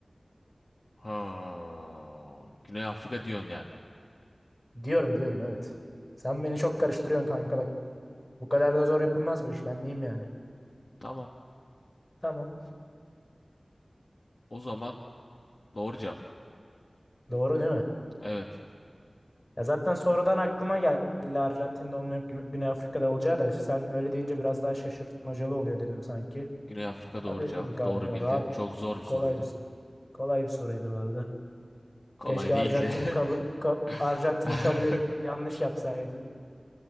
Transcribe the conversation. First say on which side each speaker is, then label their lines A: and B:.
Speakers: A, on the left; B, on the left.
A: Ha, Güney Afrika diyorsun yani.
B: Diyorum diyorum evet. Sen beni çok karıştırıyorsun kanka bak. Bu kadar da zor yapılmaz bu iş. Ben neyim yani?
A: Tamam.
B: Tamam.
A: O zaman doğru cevap.
B: Doğru değil mi?
A: Evet.
B: Ya zaten sonradan aklıma geldi Arjantin'de olmayıp Gü- Güney Afrika'da olacağı da sen öyle deyince biraz daha şaşırtmacalı oluyor dedim sanki.
A: Güney Afrika doğru
B: Ha, bildim
A: cevap.
B: kanka
A: Doğru bildin.
B: rahat
A: Çok zor bir soruydu.
B: kolay bir soru. Kolay bir soruydu bu arada.
A: Kolay
B: Keşke
A: değildi.
B: Arjantin'i kabul ka-
A: <laughs>
B: Arjantin'i kabul edip yanlış yapsaydın.